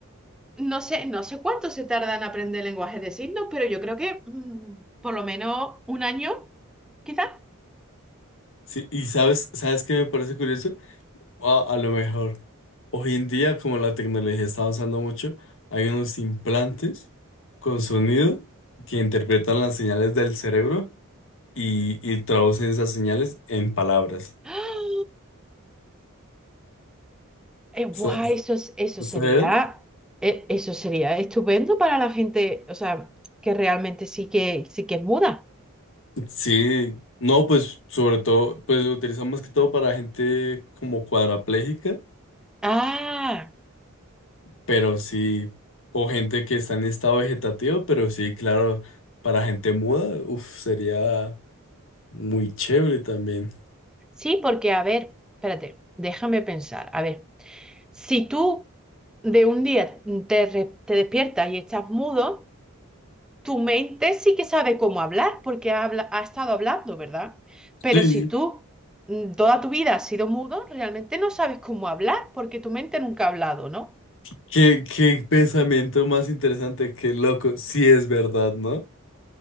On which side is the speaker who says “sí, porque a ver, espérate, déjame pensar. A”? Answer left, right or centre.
Centre